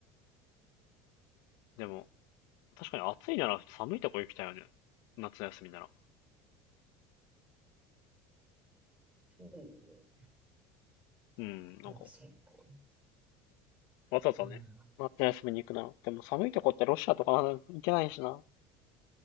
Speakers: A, on the left; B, on the right.
A: でも、確かに暑いなら寒いとこ行きたいよね。夏休みなら。
B: そう。
A: うん、なんか、
B: まあ、そうか。
A: わざわざね。
B: うん。
A: 夏休みに行くなら。でも寒いとこってロシアとかなんか行けないしな。